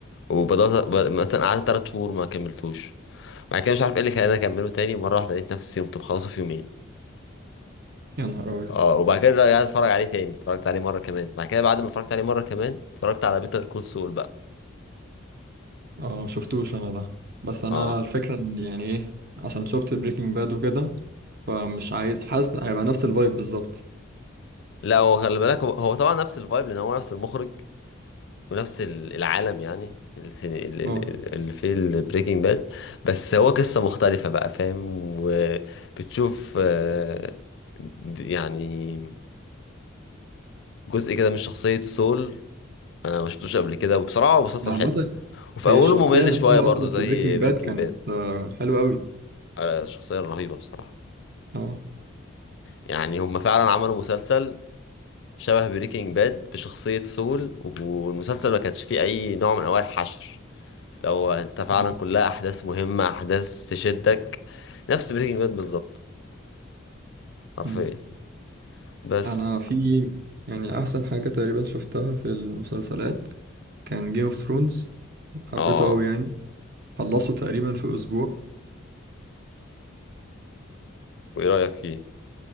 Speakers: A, on the left; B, on the right.
A: وبدات ب- مثلا قعدت ثلاث شهور ما كملتوش بعد كده مش عارف ايه اللي خلاني اكمله تاني مره واحده لقيت نفسي قمت مخلصه في يومين
B: يا نهار ابيض
A: اه وبعد كده رجعت اتفرج عليه تاني اتفرجت عليه مره كمان بعد كده بعد ما اتفرجت عليه مره كمان اتفرجت على بيتر كول سول بقى
B: اه مشفتوش انا ده بس انا
A: اه
B: الفكرة ان يعني ايه عشان شفت بريكنج باد وكده فمش عايز حاسس هيبقى نفس الفايب بالظبط
A: لا هو خلي بالك هو هو طبعا نفس الفايب لان هو نفس المخرج ونفس ال- العالم يعني اللي سن- ال- ال-
B: اه
A: اللي في البريكنج باد بس هو قصة مختلفة بقى فاهم وبتشوف آه، د- يعني جزء كده من شخصية سول آه، ما شفتوش قبل كده وبصراحة هو مسلسل
B: عامة
A: حلو وفي
B: هي
A: أوله
B: الشخصية
A: ممل
B: نفسها
A: شوية برضو
B: أصلا
A: زي
B: في بريكنج
A: بريكنج
B: باد كانت
A: باد
B: آه، حلوة أوي
A: الشخصية الرهيبة بصراحة
B: اه
A: يعني هم فعلا عملوا مسلسل شبه بريكنج باد بشخصية سول والمسلسل ما كانش فيه أي نوع من أنواع الحشر لو انت فعلا
B: مم.
A: كلها احداث مهمة احداث تشدك نفس بريكنج باد بالظبط حرفيا
B: مم.
A: بس
B: أنا في يعني أحسن حاجة تقريبا شفتها في المسلسلات كان جيم اوف ثرونز حبيته
A: اه
B: أوي يعني خلصته تقريبا في أسبوع
A: وايه رأيك فيه